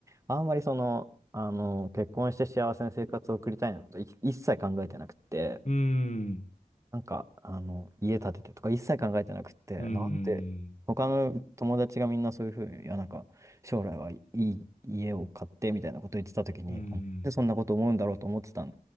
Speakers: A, on the right; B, on the left.
A: あんまりその、あの、結婚して幸せな生活を送りたいなことい一切考えてなくって、
B: うん、
A: なんか、あの、家建ててとか一切考えてなくって、
B: うん、うん、
A: なんで、他の友達がみんなそういうふうに、いや、なんか、将来はいい家を買ってみたいなこと言ってた時に、
B: うん、
A: なんでそんなこと思うんだろうと思ってたん